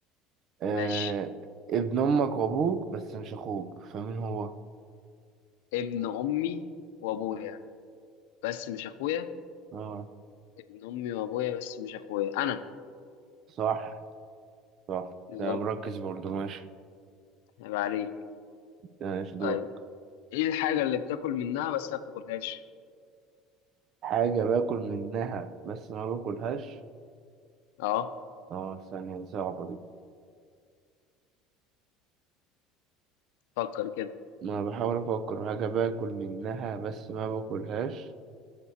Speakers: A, on the right; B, on the left.
A: آه،
B: ماشي
A: ابن امك وابوك بس مش اخوك فمين هو
B: ابن أمي وأبويا بس مش أخويا
A: اه
B: ابن أمي وأبويا بس مش أخويا أنا
A: صح صح
B: بالظبط
A: ده مركز برضه ماشي
B: هيبقى عليك
A: ماشي دور
B: طيب ايه الحاجة اللي بتاكل منها بس ما بتاكلهاش
A: حاجة باكل منها بس ما باكلهاش
B: اه
A: اه ثانية صعبة دي
B: فكر كده
A: ما بحاول أفكر حاجة باكل منها بس ما باكلهاش